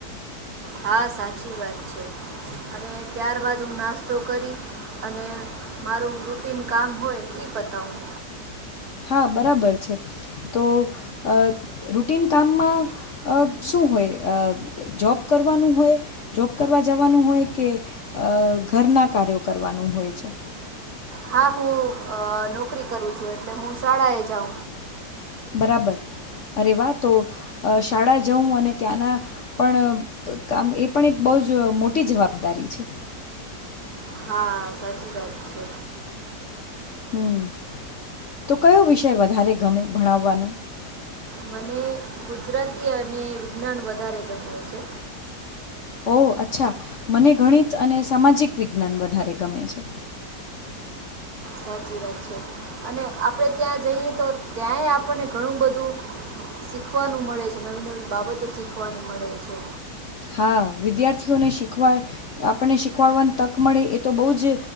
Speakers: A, on the right (about 60°); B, on the left (about 55°).
A: હા સાચી વાત છે. અને ત્યાર બાાદ હું નાસ્તો કરી અને મારું રૂટીન કામ હોય ઈ પતાવું.
B: હા બરાબર છે. તો અ રુટીન કામમાં અ શું હોય અ જોબ કરવાનું હોય જોબ કરવા જવાનું હોય કે અ ઘરના કાર્યો કરવાનું હોય છે?
A: હા હું નોકરી કરું છું. એટલે હું શાળાએ જાઉ.
B: બરાબર અરે વાહ તો શાળા જઉં અને ત્યાંના પણ કામ એ પણ એક બહુ જ મોટી જવાબદારી છે.
A: હા સાચી વાત છે.
B: હમ તો કયો વિષય વધારે ગમે ભણાવવાનો?
A: મને ગુજરાતી અને વિજ્ઞાન વધારે ગમે છે.
B: ઓ અચ્છા મને ગણિત અને સામાજિક વિજ્ઞાન વધારે ગમે છે.
A: સાચી વાત છે. અને આપડે ત્યાં જઈએ તો ત્યાંય આપણને ઘણું બધું શીખવાનું મળે છે. નવી નવી બાબતો શીખવાની મળે છે.
B: હા વિદ્યાર્થીઓને શીખવા આપણને શીખવાડવાની તક મળે એ તો બહુ જ